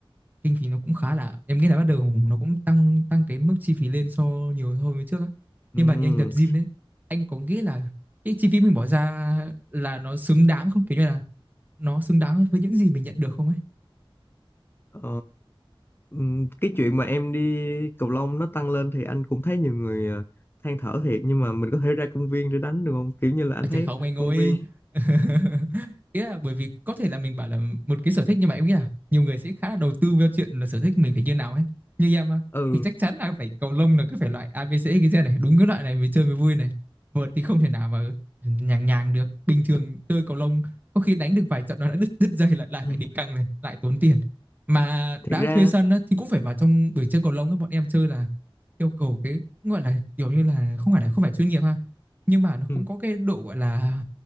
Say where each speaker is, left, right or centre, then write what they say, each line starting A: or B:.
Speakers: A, on the right (about 20°); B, on the left (about 25°).
A: kinh phí nó cũng khá là em nghĩ là bắt đầu nó cũng tăng tăng cái mức chi phí lên so nhiều hơn với trước á.
B: ừ,
A: Nhưng mà như anh tập gym đấy, anh có nghĩ là cái chi phí mình bỏ ra là nó xứng đáng không? Kiểu như là nó xứng đáng với những gì mình nhận được không ấy?
B: ờ, Ừm, cái chuyện mà em đi cầu lông nó tăng lên thì anh cũng thấy nhiều người ờ, than thở thiệt nhưng mà mình có thể ra công viên để đánh được không kiểu như là anh
A: À,
B: thấy
A: Trời không anh
B: công
A: ơi
B: viên
A: <laughs> Ý là bởi vì có thể là mình bảo là một cái sở thích nhưng mà em nghĩ là nhiều người sẽ khá là đầu tư vào chuyện là sở thích mình phải như nào ấy như em á,
B: ừ
A: thì chắc chắn là phải cầu lông là cứ phải loại A ABC cái gen này đúng cái loại này mới chơi mới vui này vợt thì không thể nào mà nhàng nhàng được bình thường chơi cầu lông có khi đánh được vài trận nó đã đứt đứt dây lại lại
B: ừ,
A: phải đi căng này lại tốn tiền mà
B: thiệt
A: đã
B: ra
A: thuê sân á, thì cũng phải vào trong buổi chơi cầu lông ấy bọn em chơi là yêu cầu cái gọi là kiểu như là không phải là không phải chuyên nghiệp ha nhưng mà nó
B: ừ,
A: cũng có cái độ gọi là